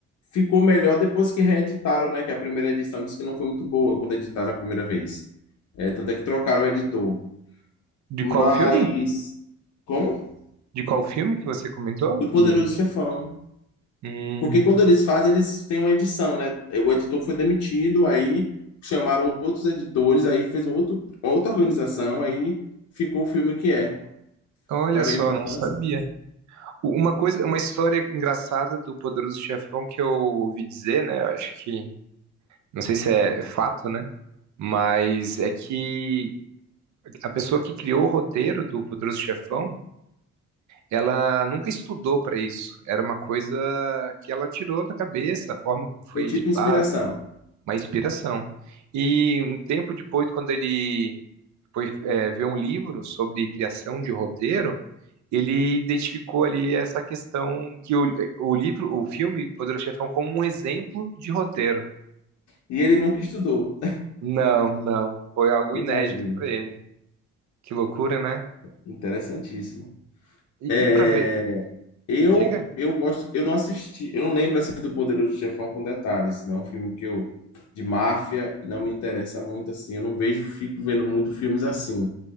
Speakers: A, on the left; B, on the right.
A: ficou melhor depois que reeditaram, né? Que a primeira edição disse que não foi muito boa quando editaram a primeira vez. É, tanto é que trocaram o editor.
B: De
A: Mas.
B: qual filme?
A: Como?
B: De qual filme que você comentou?
A: do Poderoso
B: Que-
A: Chefão.
B: Hum,
A: Porque quando eles fazem, eles têm uma edição, né? O editor foi demitido, aí chamaram outros editores, aí fez um outro, outra organização, aí ficou o filme que é,
B: então, olha
A: para
B: só,
A: ver a importância,
B: não sabia.
A: né?
B: U- Uma coisa, uma história engraçada do Poderoso Chefão que eu ouvi dizer, né? eu Acho que, não sei se é fato, né? Mas é que a pessoa que criou o roteiro do Poderoso Chefão, ela nunca estudou para isso. Era uma coisa que ela tirou da cabeça, a forma como foi
A: Foi
B: editado
A: tipo inspiração.
B: uma inspiração. E um tempo depois, quando ele foi é, ver um livro sobre criação de roteiro, ele identificou ali essa questão que o, o livro, o filme Poderoso Chefão como um exemplo de roteiro.
A: E ele nunca estudou.
B: Não, não, foi algo
A: <laughs>
B: inédito
A: Imagina.
B: para ele. Que loucura, né?
A: Interessantíssimo.
B: E,
A: É,
B: e para ver,
A: eu
B: diga.
A: eu gosto, eu não assisti, eu não lembro assim do Poderoso Chefão com detalhes, não, é um filme que eu de máfia não me interessa muito assim, eu não vejo, fico vendo muito filmes assim.